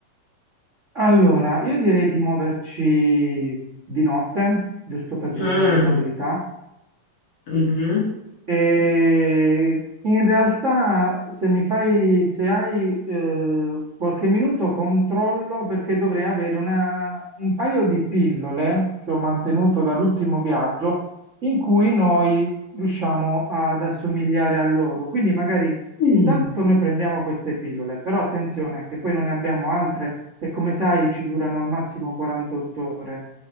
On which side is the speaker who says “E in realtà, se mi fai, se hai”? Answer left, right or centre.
Right